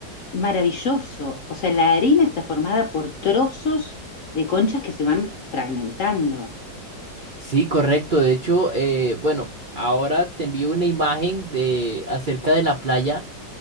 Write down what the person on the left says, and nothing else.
maravilloso. O sea, la arena está formada por trozos de conchas que se van fragmentando.